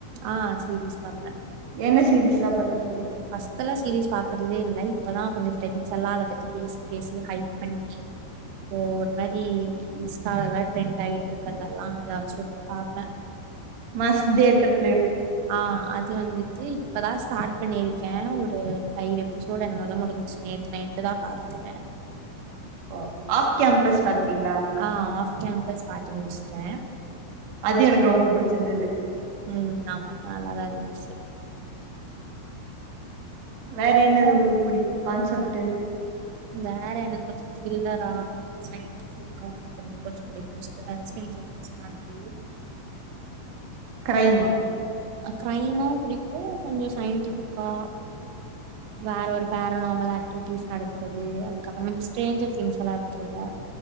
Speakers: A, on the right (about 85°); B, on the right (about 60°).
A: ஆஹ் சாப்டேன்
B: என்ன சீரீஸ்லாம் பாத்திருக்கிங்க
A: பஸ்ட்ல சீரீஸ் பாக்கறதே இல்ல இப்பதான் கொஞ்சம் ஃபிரண்ஸ் எல்லாம் அதை பற்றி பேசி பேசி ஹைக் பண்ணி இப்போ ஒரு மாதிரி இன்ஸ்டாலலாம் ட்ரெண்டு ஆகிட்டு இருக்கிறதெல்லாம் ஏதாச்சும் ஒன்னு பார்ப்பேன்
B: மஸ்த டேட்டப்
A: ஆஹ் அது வந்து இப்பதான் ஸ்டார்ட் பண்ணிருக்கேன் ஒரு ஃயைவ் எபிசோடு என்னமோத முடிஞ்சச்சு நேத்து நைன்ட்டு தான் பார்த்தேன்
B: ஓ ஆஃப் கேம்பஸ் பாத்துட்டீங்களா
A: ஆஹ் ஆப் கம்பஸ் பா்த்த முடிச்சு ஏஹ
B: அது எனக்கு ரொம்ப புடிச்சிருந்தது
A: உம் ஆமாமா நல்லாதான் இருந்துச்சு
B: வேற
A: அப்றோ
B: என்னது உங்களுக்கு புடிக்கும் கான்செப்ட் ட்டு
A: வேற எனக்கு கொஞ்சம் த்ரில்லரா ஒரு மாதிரி சயின்டிபிக்கா இருக்கிறது கொஞ்சம் பிடிக்கும் டெஞ்சர் திங்ஸ் மாத்ிரி உ
B: கிரரைமா
A: கிரைம பிடிக்கும் கொஞ்சம் சயின்டிபிக்கா வேற ஒரு பேரனாமல் ஆக்டிவிட்டிஸ் நடக்கறிறது அதுக்கப்புறம் வந்து ஸ்ட்ரேஞ்சர் திங்ஸ் எல்லாம் இருக்கல